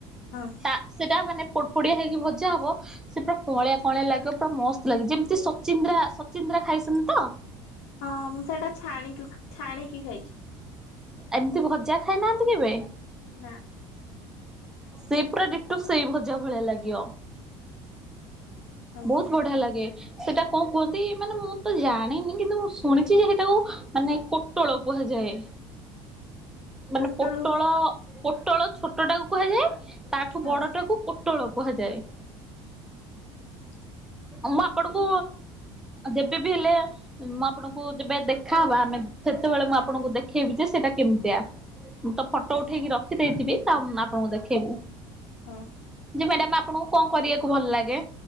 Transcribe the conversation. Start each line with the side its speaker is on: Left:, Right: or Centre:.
Left: ହଁ।
Centre: ତା ସେଇଟା ମାନେ ପୋ ପୋଡିଆ ହେଇକି ଭଜା ହବ ସେ ପୁରା କୁଅଁଳିଆ କଅଁଳିଆ ଲାଗିବ ପୁରା ମସ୍ତ ଲାଗେ ଯେମିତି ସଚିନ୍ଦ୍ରା ସଚିନ୍ଦ୍ରା ଖାଇସନ୍ତି ତ?
Left: ହଁ ମୁଁ ସେଇଟା ଛାଣି ଛାଣିକି ଖାଇଛି।
Centre: ଏମିତି ଭଜା ଖାଇନାହାନ୍ତି କେବେ?
Left: ନା?
Centre: ସେ ପୁରା ଦିଟୋ ସେଇ ଭଜା ଭଳିଆ ଲାଗିବ।
Left: ଓହୋ।
Centre: ବହୁତ ବଢିଆ ଲାଗେ। ସେଟା କଣ କୁହନ୍ତି ମାନେ ମୁଁ ତ ଜାଣିନି କିନ୍ତୁ ମୁଁ ଶୁଣିଛି ଯେ ସେଇଟାକୁ ମାନେ ତୋଳ କୁହାଯାଏ। ମାନେ
Left: ପୋଟଳୁ
Centre: ପୋଟଳ ପୋଟଳ ଛୋଟ ଟାକୁ କୁହାଯାଏ, ତାଠୁ
Left: ହଁ
Centre: ବଡଟାକୁ ପ- ପୋଟଳ କୁହାଯାଏ।
Left: ହୁଁ <inaudible>
Centre: ମୁଁ ଆପଣକୁ ଯେବେବି ହେଲେ ମୁଁ ଆପଣଙ୍କୁ ଯେବେ ଦେଖାହବା ଆମେ ସେତେବେଳେ ମୁଁ ଆପଣଙ୍କୁ ଦେଖେଇବି ଯେ ସେଇଟା କେମିତିଆ। ମୁଁ ତ ଫଟୋ
Left: ହଁ
Centre: ଉଠେଇକି ରଖି ଦେଇଥିବି, ତା ମୁ ଆପଣଙ୍କୁ ଦେଖେଇବି।
Left: ହଁ।
Centre: ଯେ ମ୍ୟାଡାମ ଆପଣଙ୍କୁ କଣ କରିବାକୁ ଭଲ ଲାଗେ?